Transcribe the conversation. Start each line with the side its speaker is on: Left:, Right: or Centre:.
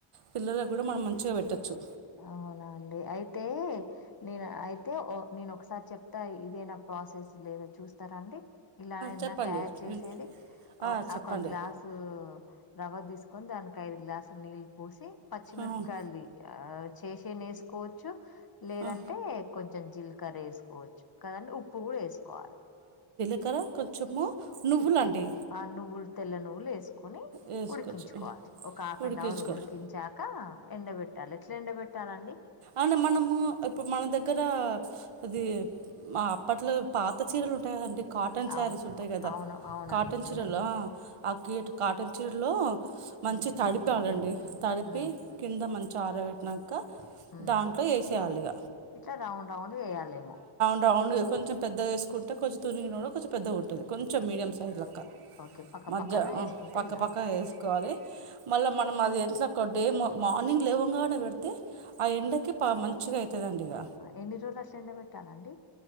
Right: పిల్లలకు కూడా మనం మంచిగా పెట్టొచ్చు
Left: అవునాండి అయితే నేను అయితే ఒ నేను ఒకసారి చెప్తా ఇదేనా ప్రాసెస్ లేదా చూస్తారా అండి ఇలా అన్న
Right: చెప్పండి
Left: తయారు చేసేది
Right: వింట్ ఆ!
Left: ఒ
Right: చెప్పండి
Left: ఒక గ్లాసు రవ్వ తీసుకొని దానికి ఐదు గ్లాసుల నీళ్ళు పోసి పచ్చి మిరపకాయల్ది
Right: అవును
Left: ఆ చేసి నే ఎసుకోవచ్చు లేదంటే
Right: ఆ!
Left: కొంచెం జీలకర్ర ఎసుకోవచ్చు కద అండి ఉప్పు కూడా ఎసుకోవాలి
Right: చక్కెర కొంచెము నువ్వులండి
Left: ఉప్పు ఆ నువ్వులు తెల్ల నువ్వులు ఎస్కొని
Right: వేసుకోవచ్చు
Left: ఉడికించుకోవాలి ఒక హాఫ్
Right: ఉడికించుకోవాలి
Left: అన్ అవర్ ఉడికించాక ఎండబెట్టాలి ఎట్లా ఎండబెట్టాలండి
Right: అన మనము ఇప్పుడు మన దగ్గర ఇది అప్పట్లో పాత చీరలు ఉంటాయి కదండి కాటన్ శారీస్
Left: అవును
Right: ఉంటాయి కదా
Left: అవును అవునండి
Right: కాటన్ చీరలు
Left: ఉన్నాయి
Right: ఆ ఆ కీ కాటన్ చీరలో మంచి తడిపాలండి తడిపి
Left: ఉమ్
Right: కింద మ చ ఆరబెట్టినంక
Left: ఉమ్
Right: దాంట్లో ఎసేయాలి ఇగ
Left: ఇట్లా రౌండ్ రౌండ్ ఎయాలేమో
Right: రౌండ్గా కొంచెం పెద్దగా ఎసుకుంటే కొంచెం తునిగిన కూడా కొంచెం పెద్దగా ఉంటుంది కొంచెం మీడియం సైజ్ లెక్క
Left: ఓకే పక్క
Right: మధ్య
Left: పక్కన వేసుకుంటూ
Right: పక్క
Left: వెళ్ళాలి
Right: పక్క వేసుకోవాలి మళ్ళా మ మనం అది ఎ ఒక డే మార్నింగ్ లేవంగానే అది పెడితే ఆ ఎండకి ప మంచిగా అవుతుందండి ఇక
Left: ఎన్ని రోలు అట్ట ఎండ పెట్టాలండి